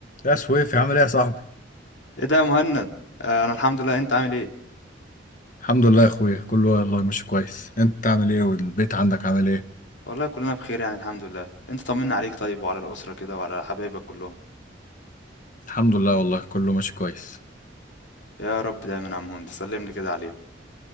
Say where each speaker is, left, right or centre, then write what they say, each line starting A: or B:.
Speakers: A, on the left; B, on the left.
A: يا سويفي عامل ايه يا صاحبي
B: ايه ده يا مهند آه، انا الحمد لله انت عامل ايه
A: الحمد لله يا اخويا كله والله ماشي كويس انت عامل ايه والبيت عندك عامل ايه
B: والله كلنا بخير يعني الحمد لله انت طمنا عليك طيب وعلى الاسره كده وعلى حبايبك كلهم
A: الحمد لله والله كله ماشي كويس
B: يا رب دايما يا عم هند سلملي كده عليهم